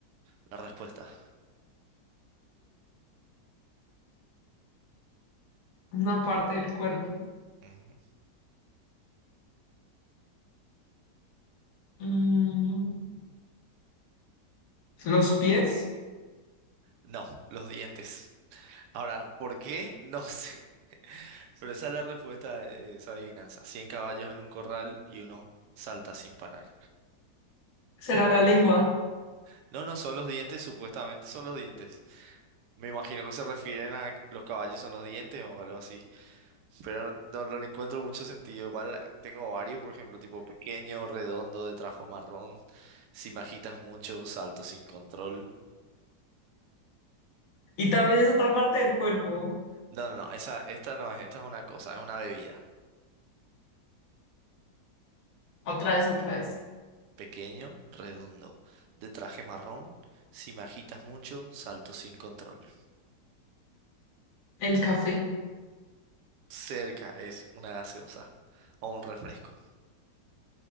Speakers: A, on the right (about 75°); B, on the left (about 55°).
A: La respuesta.
B: una parte del cuerpo.
A: Ujú.
B: Mm, ¿Los pies?
A: No, los dientes. Ahora, ¿por qué? No sé. <laughs> Pero esa es la respuesta de esa adivinanza. cien caballos en un corral y uno salta sin parar.
B: Será
A: Después.
B: la lengua.
A: No, no, son los dientes, supuestamente son los dientes. Me imagino que se refieren a los caballos son los dientes o algo así. Pero no, no, no le encuentro mucho sentido. Igual tengo varios, por ejemplo, tipo pequeño, redondo, de trajo marrón. Si me agitas mucho, salto sin control.
B: Y también es otra parte del cuerpo.
A: No, no, no, esa, esta no es, esta es una cosa, es una bebida.
B: Otra vez, otra vez.
A: Pequeño, redondo, de traje marrón. Si me agitas mucho, salto sin control.
B: El café,
A: Cerca es una gaseosa o un refresco.